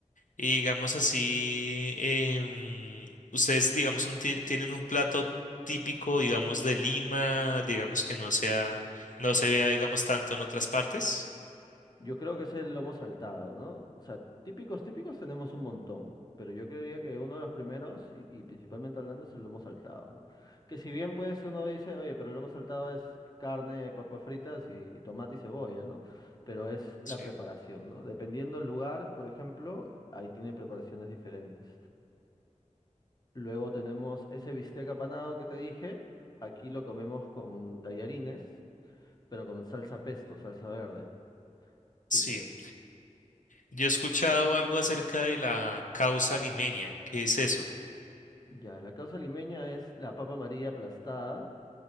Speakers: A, on the left; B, on the left.
A: Y digamos así, em, ustedes, digamos, un ti- tienen un plato típico, digamos, de Lima, digamos que no sea, no se vea, digamos, tanto en otras partes.
B: Yo creo que es el lomo saltado, ¿no? O sea, típicos, típicos tenemos un montón, pero yo creería que uno de los primeros, y, y principalmente hablando, es el lomo saltado, ¿no? Que si bien pues uno dice, oye, pero el lomo saltado es carne, papas fritas y, y tomate y cebolla, ¿no? Pero es la
A: Sí.
B: preparación, ¿no? Dependiendo el lugar, por ejemplo, ahí tiene preparaciones diferentes. Luego tenemos ese bistec apanado que te dije, aquí lo comemos con tallarines, pero con salsa pesto, salsa verde.
A: Sí.
B: Y pues
A: Yo he escuchado algo acerca de la causa limeña. ¿Qué es eso?
B: Ya, la causa limeña es la papa amarilla aplastada.